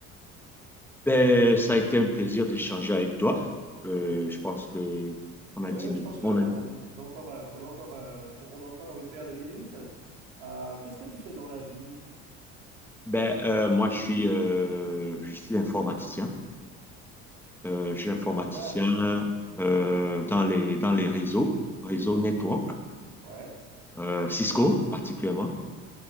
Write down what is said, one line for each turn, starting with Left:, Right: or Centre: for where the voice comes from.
Centre: Ben, ça a été un plaisir d'échanger avec toi. Euh, je pense que on
Right: Oui,
Centre: a dit,
Right: je pense que
Centre: on
Right: bon,
Centre: a-
Right: on a encore, euh, on a encore, euh, on on a encore une paire de minutes. Euh, qu'est-ce que tu fais dans la vie?
Centre: ben, euh, moi, je suis, euh, je suis informaticien. Euh, je suis informaticien
Right: Super.
Centre: euh, dans les, dans les réseaux, réseaux network,
Right: Ouais.
Centre: euh, Cisco particulièrement.